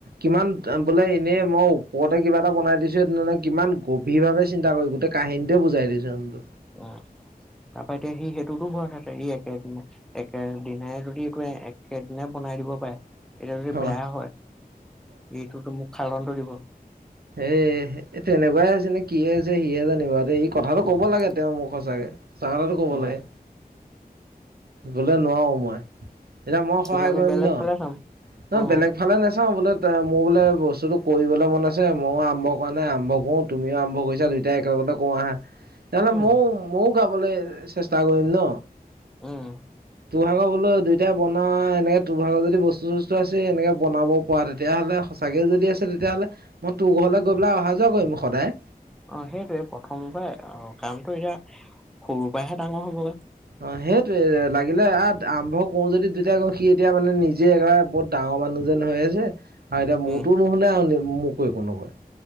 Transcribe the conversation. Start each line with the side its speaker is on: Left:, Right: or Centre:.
Right: কিমান বোলে এনেই মই পৰতে কিবা এটা বন দিছো সে কিমান গভীৰভাৱে চিন্তা কৰি গোটেই কাহিনীটোৱে বুজাই দিছোনটো
Centre: অ তাৰাপা এতিয়া সি সেইটোতো ভয় খা ই একেদ একে দিনাই যদি এইটো একেদিন বনাই দিব পাৰে এতিয়া যদি
Right: অ
Centre: বেয়া হয় এইটোতো মোক খালনটো দিব।
Right: এ তেনেকুৱাই আছে নে কি আছে সিহে জানিবাৰু যে এই কথাটো
Centre: উম
Right: কব লাগে তেওঁ মোক সচাকে চাকথাটো কব
Centre: উম
Right: লাগে। গ'লে নোৱাৰো মই এতিয়া মই
Centre: তেতিয়া
Right: সহায়
Centre: আমি
Right: কৰিম
Centre: বেলেগ
Right: ন।
Centre: ফালে চাম
Right: ন
Centre: অ
Right: বেলেগ ফালে নাচাও বোলে মোৰ বোলে বস্তুটো কৰিবলে মন আছ আছে ময়ো আৰম্ভ কৰা নাই আৰম্ভ কৰো তুমিও আৰম্ভ কৰিছা দুইটাই একেলগতে কওঁ আহা। তেনেহ'লে
Centre: উম
Right: ময়ও ময়ও গাবলৈ চেষ্টা কৰিম ন
Centre: উম।
Right: তোৰভাগৰ বোলো দুইটাই বনা এনেকে তোৰভাগৰ যদি বস্তু চস্তু আছে এনেকে বনাব পৰা তেতিয়াহ'লে। সঁচাকে যদি আছে তেতিয়াহ'লে মই তোৰ ঘৰলৈ গৈ পেলাই অহা যোৱা কৰিম সদায়।
Centre: অ সেইটোৱে প্ৰথম পা অ কামটো এতিয়া সৰুৰ পৰাহে ডাঙৰ হবগৈ।
Right: অ সেইটোৱে লাগিলে আ আৰম্ভ কৰো যদি দুতাই কওঁ সি এতিয়া মানে নিজে একেবাৰে বহুত ডাঙৰ মানুহ। যেন হৈ আছে আৰু এতিয়া মোৰতো
Centre: উম
Right: নুশুলে <unintelligible> মোকো একো নকয়।